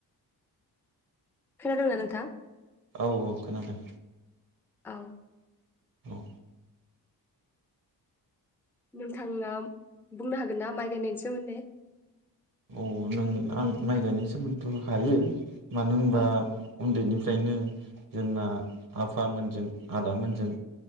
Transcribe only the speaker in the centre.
खोनादोंं ना नोंथां?
औ।
नोंथाङा बुंनो हागोन ना माइ गायनायनि सोमोन्दै?
औ